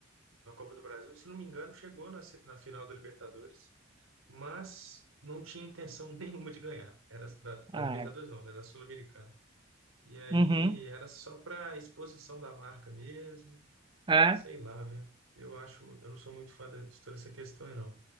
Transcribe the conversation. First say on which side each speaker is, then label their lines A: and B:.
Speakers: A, on the right; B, on the right.
A: na Copa do Brasil. Se não me engano, chegou na, se- na final da Libertadores. mas não tinha intenção <laughs> nenhuma de ganhar. Era da, da
B: é.
A: Libertadores, não, né? Da Sul-Americana. E aí
B: Uhum,
A: era só para exposição da marca mesmo,
B: é.
A: sei lá, viu? Eu acho, eu não sou muito fã de, de toda essa questão, aí, não.